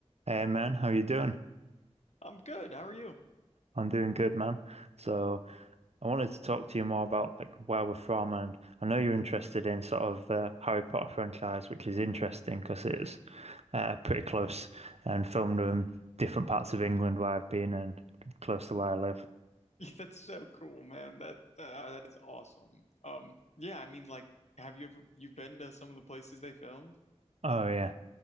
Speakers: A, on the right (about 65°); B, on the left (about 75°).
A: Hey man, how you doing?
B: I'm good. How are you?
A: I'm doing good, man. So I wanted to talk to you more about like where we're from, and I know you're interested in sort of the Harry Potter franchise, which is interesting because it's uh, pretty close and filmed in different parts of England where I've been and close to where I live.
B: <laughs> That's so cool, man. That uh, that is awesome. Um, yeah, I mean, like, have you ever you've been to some of the places they filmed?
A: Oh yeah.